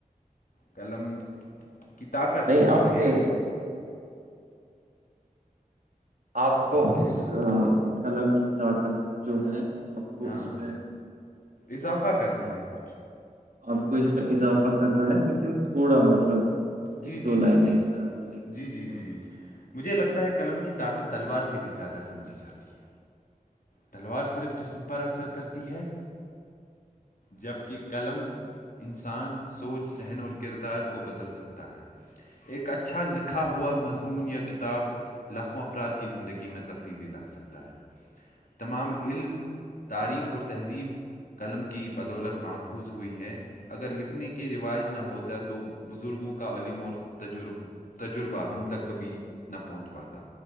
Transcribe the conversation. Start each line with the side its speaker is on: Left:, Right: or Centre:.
Left: قلم کی طاقت
Right: نہیں
Left: بول رہے
Right: نے
Left: ہیں آپ
Right: آپ کو اس قلم کی طاقت جو ہے آپ کو
Left: ہاں
Right: اس میں
Left: اضافہ کرنا
Right: آ،
Left: ہے کچھ
Right: آپ کو اس میں اضافہ کرنا ہے لیکن تھوڑا مطلب
Left: جی
Right: ایک
Left: جی
Right: دو
Left: جی
Right: لائن
Left: جی
Right: میں آپ سےڑا
Left: جی جی جی جی
Right: سا
Left: مجھے لگتا ہے قلم کی طاقت تلوار سے بھی زیادہ سمجھی جاتی ہے تلوار صرف جسم پر اثر کرتی ہے جبکہ قلم انسان سوچ ذہن اور کردار کو بدل سکتا ہے ہے ایک اچھا لکھا ہوا مضمون یا کتاب لاکھوں افراد کی زندگی میں تبدیلی لا سکتا ہے تمام علم تاریخ اور تہذیب قلم کی بدولت محفوظ ہوئی ہے اگر لکھنے کے رواج نہ ہوتا تو بزرگوں کو کا علیمور تجر تجربہ ہم تک کبھی نہ پہنچ پاتا